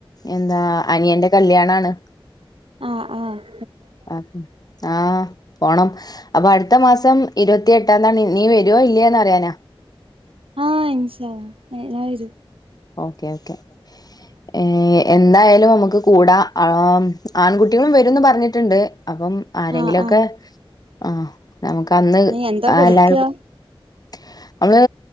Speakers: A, on the left; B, on the right.
A: എന്താ അനിയന്റെ കല്യാണാണ്
B: ആഹ ആഹ
A: ആ ആഹ പോണം അപ്പൊ അടുത്ത മാസം ഇരുപത്തിയ എട്ടാംതാണ് നീ വരുവോ ഇല്ലേ എന്ന് അറിയാനാ
B: ആ ഇൻഷാഅല്ല <inaudible> വരും
A: ഓക്കേ ഓക്കെ ഏ എന്തായാലും നമുക്ക് കൂടാ ആ ആൺകുട്ടികളും വരുംഎന്ന് പറഞ്ഞിട്ടുണ്ട് അപ്പം ആരെങ്കിലൊക്കെ
B: ആഹ് ആഹ്
A: ആ നമുക്ക് അന്ന്
B: നീ എന്താ കൊടുക്കാ
A: എല്ലാരും <inaudible> നമ്മള്